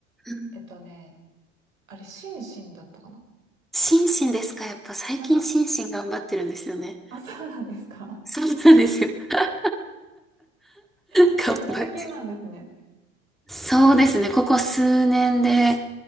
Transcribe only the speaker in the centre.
うん。
心身ですかやっぱ最近心身頑張ってるんですよね。
そうなんですよ。<laughs>
頑張ってる。
そうですね。ここ数年で